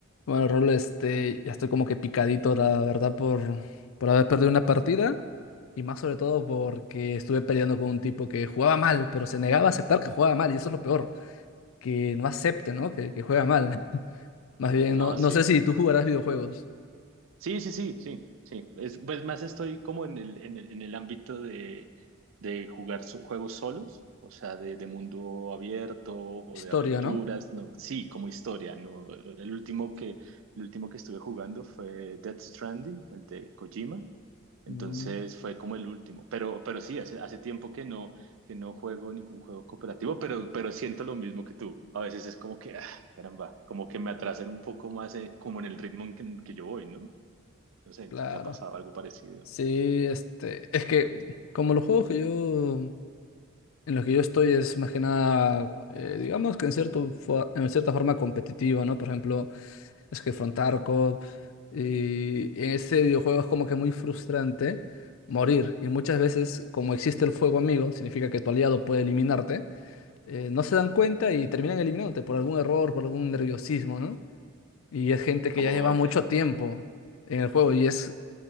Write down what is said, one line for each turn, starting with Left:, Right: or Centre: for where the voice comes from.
Left: Bueno, Rol, este, ya estoy como que picadito, la verdad, por, por haber perdido una partida y más sobre todo porque estuve peleando con un tipo que jugaba mal, pero se negaba a aceptar que jugaba mal y eso es lo peor, que no acepte, ¿no? Que, que juega mal. <laughs> Más bien, no,
Right: No,
Left: no
Right: sí.
Left: sé si tú jugarás videojuegos.
Right: Sí, sí, sí, sí, sí. Es, pues más estoy como en el, en el, en el ámbito de, de jugar so- juegos solos, o sea, de, de mundo abierto o
Left: Historia,
Right: de aventuras.
Left: ¿no?
Right: No, sí, como historia, ¿no? El último que, el último que estuve jugando fue Death Stranding, el de Kojima. Entonces
Left: Mm,
Right: fue como el último, pero, pero sí, hace, hace tiempo que no, que no juego ningún juego cooperativo, pero, pero siento lo mismo que tú. A veces es como que, ah, caramba, como que me atrasan un poco más, eh, como en el ritmo en que, en que yo voy, ¿no? No sé
Left: claro.
Right: si te ha pasado algo parecido.
Left: Sí, este, es que como los juegos que yo, en los que yo estoy es más que nada, eh, digamos que en cierto, fo- en cierta forma competitivo, ¿no? Por ejemplo... Es que Frontar Cop y en este videojuego es como que muy frustrante morir. Y muchas veces, como existe el fuego amigo, significa que tu aliado puede eliminarte, eh, no se dan cuenta y terminan eliminándote por algún error, por algún nerviosismo, ¿no? Y es gente que
Right: Como,
Left: ya lleva mucho
Right: sí.
Left: tiempo en el juego y es,